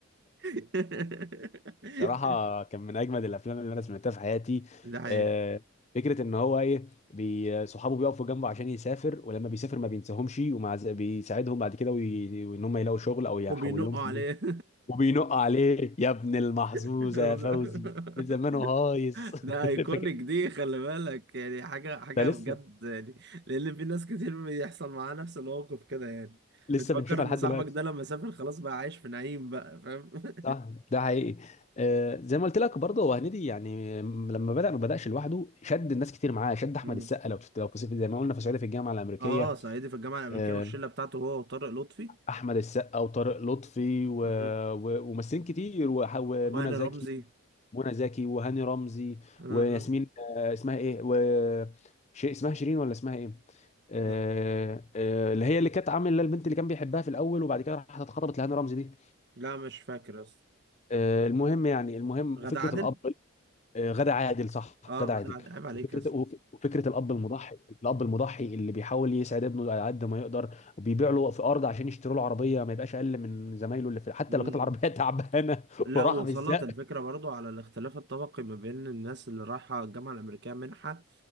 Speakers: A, on the right; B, on the left.
A: <laughs>
B: صراحة كان من أجمد الأفلام اللي أنا سمعتها في حياتي
A: ده حقيقة
B: آه، فكرة إن هو إيه بي- صحابه بيقفوا جنبه عشان يسافر ولما بيسافر ما بينساهمش ومع ذ- بيساعدهم بعد كده وي- وإن هم يلاقوا شغل أو يحول
A: وبينقوا
B: لهم فلوس
A: عليه
B: وبينق عليه يا ابن المحظوظة
A: <laughs>
B: يا فوزي ده زمانه هايص <laughs>
A: ده ايكونيك
B: فاكر
A: دي خلي بالك يعني حاجه حاجه
B: ده لسه
A: بجد يعني لان في ناس كتير بيحصل معاها نفس الموقف كده يعني
B: لسه
A: بتفكر
B: بنشوفها
A: ان
B: لحد
A: صاحبك
B: دلوقتي
A: ده لما سافر خلاص بقى عايش في نعيم بقى فاهم <laughs>
B: صح ده حقيقي آه، زي ما قلت لك برضه هو هنيدي يعني م- لما بدأ ما بدأش لوحده شد الناس كتير معاه شد احمد
A: مم.
B: السقا لو تفت- لو في زي ما قلنا في صعيدي في الجامعه الامريكيه
A: اه صعيدي في الجامعه الامريكيه
B: آه،
A: والشله بتاعته هو وطارق لطفي
B: احمد السقا وطارق لطفي و-
A: مم.
B: و- وممثلين كتير وح- ومنى
A: وهاني
B: زكي
A: رمزي
B: منى زكي وهاني رمزي
A: آه.
B: وياسمين آه، اسمها ايه و شيء اسمها شيرين ولا اسمها ايه آه،
A: آه.
B: آه، اللي هي اللي كانت عامله البنت اللي كان بيحبها في الاول وبعد كده راحت اتخطبت لهاني رمزي دي
A: لا مش فاكر اصلا
B: آه، المهم يعني المهم
A: غادة
B: وفكره
A: عادل
B: الاب آه، غادة عادل صح
A: اه
B: غادة
A: غادة
B: عادل
A: عادل عيب عليك
B: وفكره
A: يا اسطى
B: وف- وفكره الاب المضحي الاب المضحي اللي بيحاول يسعد ابنه على قد ما يقدر وبيبيع له في ارض عشان يشتروا له عربيه ما يبقاش اقل من زمايله اللي في حتى
A: <laughs>
B: لو كانت العربيه <laughs> تعبانه
A: لا
B: وراح
A: وصلت
B: بالزق
A: الفكرة برضو على الاختلاف الطبقي ما بين الناس اللي رايحة الجامعة الأمريكية منحة